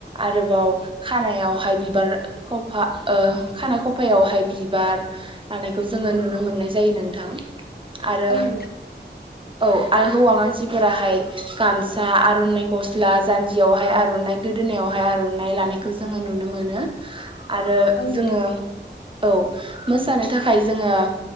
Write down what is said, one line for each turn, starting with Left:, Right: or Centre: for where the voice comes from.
Right: आरोबाव खानायावहाय बिबार खफा ओ खानायाइ खफायावहाय बिबार लानायखौ जोङो नुनो मोननाय जायो नोंथां आरो
Left: औ नोंथां
Right: औ आरो हौवा मानसिफोराहाय गामसा आर'नाइ गस्ला जान्जियावहाय आर'नाइ गोदोनायावहाय आर'नाइ लानायखौ जोङो नुनो मोनो आरो
Left: औ नोंथां
Right: जोङो औ मोसानो थाखाय जोङो